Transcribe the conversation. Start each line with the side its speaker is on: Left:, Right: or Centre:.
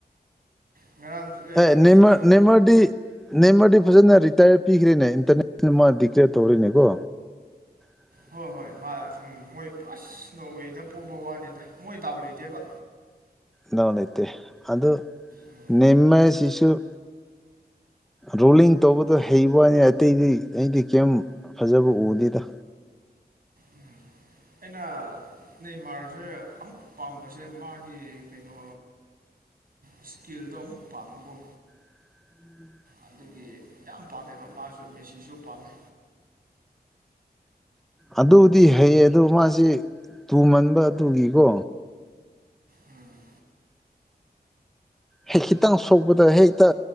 Right: ꯎꯝ ꯉꯔꯥꯡ
Centre: ꯑꯦ
Right: ꯉꯁꯤꯁꯨ
Centre: ꯅꯃ ꯅꯦꯃꯗꯤ ꯅꯦꯃꯗꯤ ꯐꯖꯅ ꯔꯤꯇꯥꯌꯔ ꯄꯤꯈ꯭ꯔꯦꯅꯦ ꯏꯟꯇꯔꯅꯦꯁꯅꯦꯜ ꯃꯥ ꯗꯤꯀ꯭ꯂꯦꯌꯔ ꯇꯧꯔꯤꯅꯦ ꯀꯣ <unintelligible>
Right: ꯍꯣꯏ ꯍꯣꯏ ꯃꯥ ꯎꯝ ꯃꯣꯏ ꯐꯁ ꯅꯣꯔꯋꯦꯗ ꯄꯣꯛꯕ ꯋꯥꯅꯦꯗ ꯃꯣꯏ ꯗꯥꯎ ꯂꯩꯇꯦꯕ
Centre: ꯅꯧꯎ ꯂꯩꯩꯇꯩ ꯑꯗ
Right: ꯎꯝ
Centre: ꯅꯦꯝꯃ ꯁꯤꯁꯨꯨ ꯔꯣꯂꯤꯡ ꯇꯧꯕꯗꯣ ꯍꯩꯕꯅꯤ ꯑꯇꯩꯗꯤ ꯑꯩꯗꯤ ꯀꯩꯝ ꯐꯖꯕ ꯎꯗꯦꯗ
Right: ꯎꯝ ꯑꯩꯅ ꯅꯦꯃꯥꯔꯁꯦ ꯑꯃꯨꯛ ꯄꯥꯝꯕꯁꯦ ꯃꯥꯒꯤ ꯀꯩꯅꯣ ꯏꯁꯀꯤꯜꯗꯣ ꯑꯃꯨꯛ ꯄꯥꯡꯕꯕꯨꯣ
Centre: ꯎꯝ
Right: ꯑꯗꯨꯒꯤ ꯌꯥꯝ ꯄꯥꯝꯃꯦꯕ ꯃꯥꯁꯨ ꯃꯦꯁꯤꯁꯨ ꯄꯥꯝꯃꯦ
Centre: ꯑꯗꯨꯕꯨꯗꯤ ꯍꯩꯌꯦ ꯑꯗꯨ ꯃꯥꯁꯤ ꯇꯨꯃꯟꯕ ꯇꯨꯒꯤꯀꯣ
Right: ꯎꯝ
Centre: ꯍꯦꯛ ꯈꯤꯇꯪ ꯁꯣꯛꯄꯗ ꯍꯦꯛꯇ